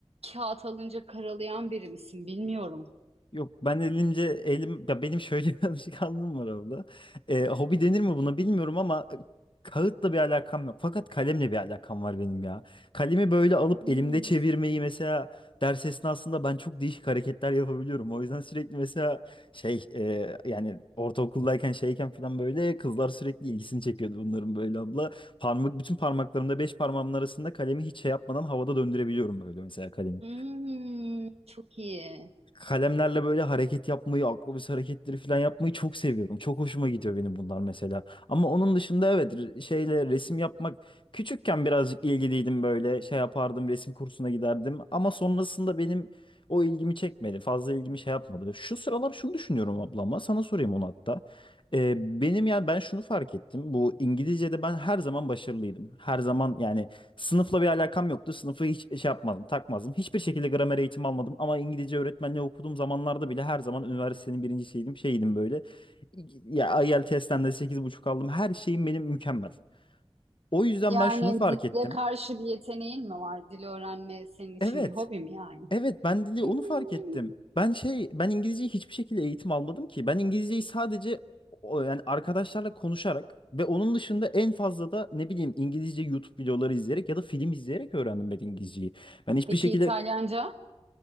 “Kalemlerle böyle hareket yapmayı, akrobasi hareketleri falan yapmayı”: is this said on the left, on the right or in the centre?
Left